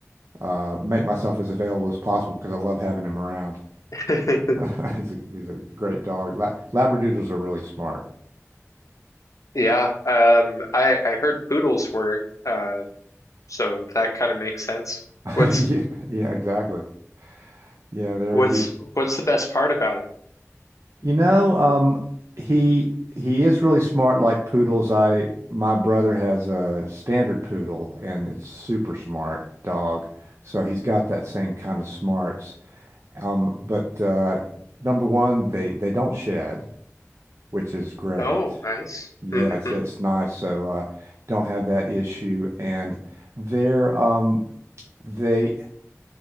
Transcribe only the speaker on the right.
uh, make myself as available as possible because I love having him around.
<laughs> He's a, he's a great dog. La Labradoodles are really smart.
<laughs>
Yeah, yeah, exactly. Yeah, there
he's
you know, um he he is really smart like poodles. I my brother has a standard poodle and it's super smart dog. So he's got that same kind of smarts. Um but uh number one, they they don't shed, which is great.
Yeah,
it's it's nice. So uh don't have that issue and their um they